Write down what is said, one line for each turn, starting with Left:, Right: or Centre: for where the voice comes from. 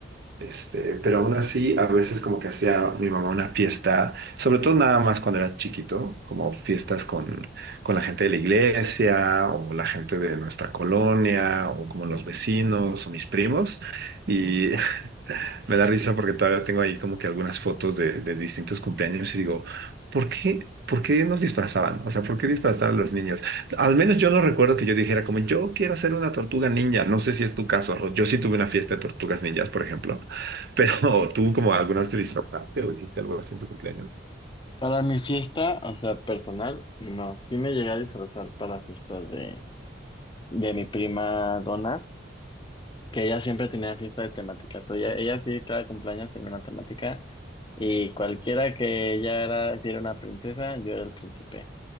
Right: Este, pero aún así, a veces como que hacía mi mamá una fiesta, sobre todo nada más cuando era chiquito, como fiestas con, con la gente de la iglesia o la gente de nuestra colonia o como los vecinos o mis primos. Y <laughs> Me da risa porque todavía tengo ahí como que algunas fotos de, de distintos cumpleaños y digo, ¿por qué, por qué nos disfrazaban? O sea, ¿por qué disfrazar a los niños? Al menos yo no recuerdo que yo dijera como, yo quiero ser una tortuga ninja. No sé si es tu caso. Yo sí tuve una fiesta de tortugas ninjas, por ejemplo. <laughs> Pero tú como alguna vez te disfrazaste o hiciste algo así en tu cumpleaños.
Left: Para mi fiesta, o sea, personal, no, sí me llegué a disfrazar para fiestas de, de mi prima Donna, que ella siempre tenía fiesta de temáticas, o ella, ella sí, cada cumpleaños tenía una temática, y cualquiera que ella era, si era una princesa, yo era el príncipe.